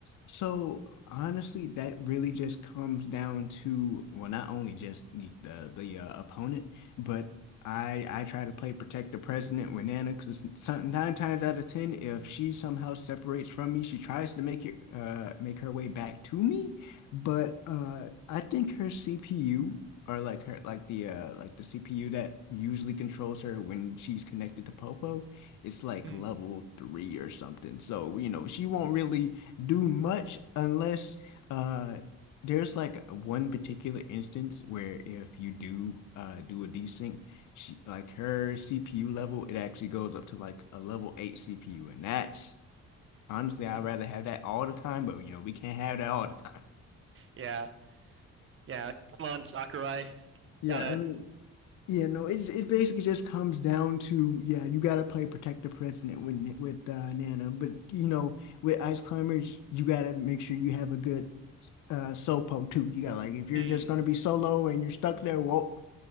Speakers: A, on the left; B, on the right.
A: So honestly, that really just comes down to well, not only just the the, the uh, opponent, but I I try to play protect the president with Nana because nine times out of ten, if she somehow separates from me, she tries to make it uh make her way back to me. But uh, I think her CPU or like her like the uh like the CPU that usually controls her when she's connected to Popo, it's like
B: Hmm.
A: level three or something. So you know she won't really do much unless uh there's like one particular instance where if you do uh do a desync she like her CPU level it actually goes up to like a level 8 CPU and that's honestly I'd
B: <laughs>
A: rather have that all the time but you know we can't have that all the time.
B: Yeah, yeah. Come on, Sakurai.
A: Yeah,
B: Gotta.
A: I mean, yeah, no, it it basically just comes down to yeah, you gotta play Protect the President with with uh, Nana, but you know, with Ice Climbers, you gotta make sure you have a good uh sopo too. You got like if you're
B: Hmm.
A: just gonna be solo and you're stuck there, well,